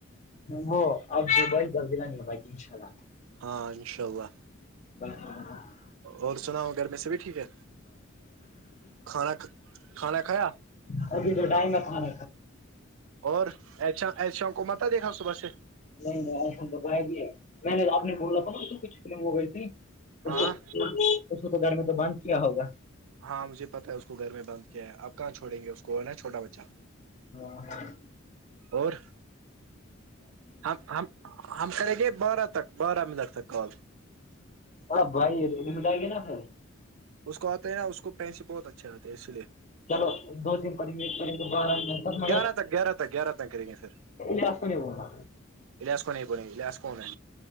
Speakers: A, on the left; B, on the right.
A: وہ اب دبئی جلدی نہ نہیں ہو پائے گی انشاء اللہ
B: ہاں انشاء اللہ
A: <unintelligible>
B: اور سنا ہو گھر میں سےب بھی ٹھیک ہے کھانا کھانا کھایا
A: ہاںھی تو ٹائم کان
B: اور ایشا ایشا کو مت دیکھا صبح سے
A: نہیں نہیں ایسا تو بائی بھی ہے میں نے اپنے کو بولا تھا ن کچھ ف ہو گئی تھی اس
B: ہاں
A: اس کو تو گھر میں تو بند کیا ہوگا
B: ہاں مجھے پتا ہے اس کو گھر میں بند کیا ہے آ کہاں چھوڑیں گے اس کو نا چوٹا بچہ
A: ہاں
B: اور ہم ہم ہم کریں گے بارہ تک بارہ منٹ تک کال
A: ا بھائی ر مٹائی گیا نا پ
B: اس کو آتے ہے نا اس کو پیس بہت اچھے آتے ہے اسی لیے
A: چلو دو تین پانی ایک کریں گ بتا مگر
B: گیارہ تک گیارہ تن کر رہیں ہیں سر
A: ااست نہیں بولنا
B: الاس کو نہیں پ لس کو نے